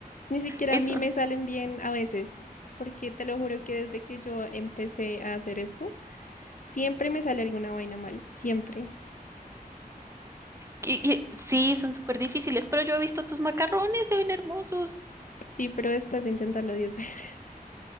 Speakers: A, on the left; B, on the right.
A: ni siquiera
B: eso.
A: a mí me salen bien a veces, porque te lo juro que desde que yo empecé a hacer esto, siempre me sale alguna vaina mal, siempre.
B: Y- y- sí, son súper difíciles, pero yo he visto tus macarrones, se ven hermosos.
A: Sí, pero después de intentarlo 10 veces.